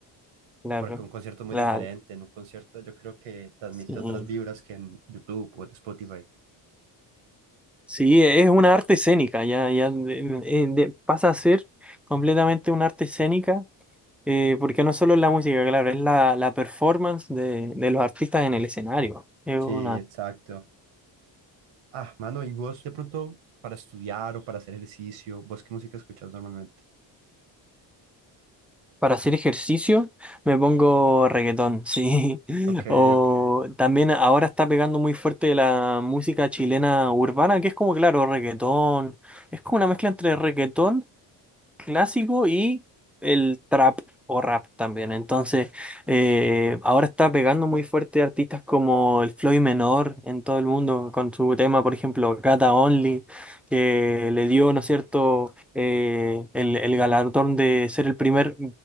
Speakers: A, in the centre; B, on the right.
A: Claro.
B: porque un concierto es muy
A: La-
B: diferente. En un concierto yo creo que transmite
A: sí.
B: otras vibras que en YouTube o en Spotify.
A: Sí, es una arte escénica. Ya, ya de- eh, de- pasa a ser completamente una arte escénica. eh, porque no solo es la música, claro, es la, la performance de, de los artistas en el escenario. Es
B: Sí,
A: una
B: exacto. Ah, mano, ¿y vos de pronto para estudiar o para hacer ejercicio, vos qué música escuchas normalmente?
A: Para hacer ejercicio me pongo reggaetón, sí. <laughs>
B: Ok,
A: O
B: ok,
A: también ahora está pegando muy fuerte la música chilena urbana, que es como, claro, reggaetón. Es como una mezcla entre reggaetón clásico y el trap o rap también. Entonces, eh, ahora está pegando muy fuerte artistas como el Floyd Menor en todo el mundo con su tema, por ejemplo, Gata Only, que le dio, ¿no es cierto?, eh, el, el galardón de ser el primer,